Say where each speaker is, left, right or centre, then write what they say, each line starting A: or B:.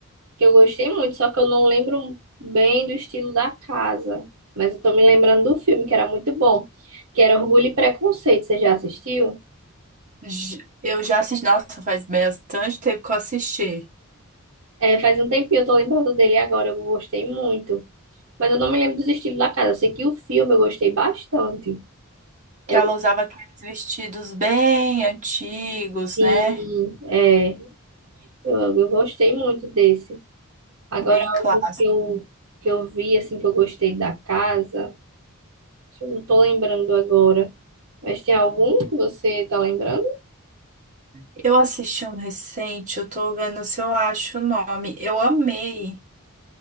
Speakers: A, on the right; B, on the right.
A: que eu gostei muito, só que eu não lembro bem do estilo da casa. Mas eu tô me lembrando do filme, que era muito bom, que era Orgulho e Preconceito. Você já assistiu?
B: J- Eu já assisti. Nossa, faz bastante tempo que eu assisti.
A: É, faz um tempinho, eu tô lembrando dele agora, eu gostei muito. Mas eu não me lembro dos estilos da casa. Eu sei que o filme eu gostei bastante.
B: que
A: Eu,
B: ela usava aqueles vestidos bem antigos,
A: sim,
B: né?
A: é, eu, eu gostei muito desse. Agora,
B: Bem clássicos.
A: algo que eu, que eu vi, assim, que eu gostei da casa, eu não tô lembrando agora. Mas tem algum que você tá lembrando?
B: Eu assisti um recente, eu tô vendo se eu acho o nome. Eu amei